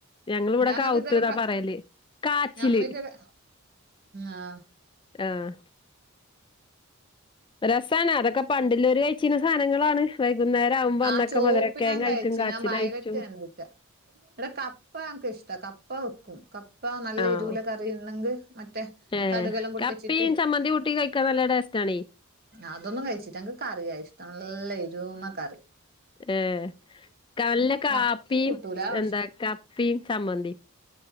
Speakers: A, on the left; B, on the right.
A: ഞങ്ങള്വ്ടെ
B: ഞാനത്
A: കാവുത്ത്ന്നാ
B: ഇതുവരെ ക
A: പറയല് കാച്ചില്
B: നമ്മ ഇതുവരെ ആഹ്
A: ആഹ് രസാണ് അതൊക്കെ പണ്ട്ല്ലോര് കഴിച്ചീന്നെ സാനങ്ങളാണ് വൈകുന്നേരം ആവുമ്പോ
B: ആ
A: അന്നൊക്കെ
B: ചോപ്പ്
A: മധുരകേങ്ങായിറ്റും
B: ഞാൻ കഴിച്ച്
A: കാച്ചിലായിറ്റും
B: ഞാൻ വയലറ്റ് കണ്ടിട്ട് ഇവിടെ കപ്പ എനിഇഷ്ട കപ്പ വെക്കും. കപ്പ നല്ല
A: ആഹ്
B: എരൂള കറിയിണ്ടെങ്കിൽ മറ്റേ
A: ഏഹ്
B: കടുകെല്ലാം പൊട്ടിച്ചിട്ട്
A: കപ്പിം ചമ്മന്തിം കുട്ടി കഴിക്കാൻ നല്ല ടേസ്റ്റാണെ
B: അതൊന്ന് കഴിച്ചിട്ട എക്ക് കറിയാ ഇഷ്ട്ടം നല്ല എരൂന്നകറി
A: ഏ നല്ല കാപ്പിം
B: മത്തി കൂട്ടൂല പക്ഷെ
A: എന്താ കപ്പിം ചമ്മന്തിം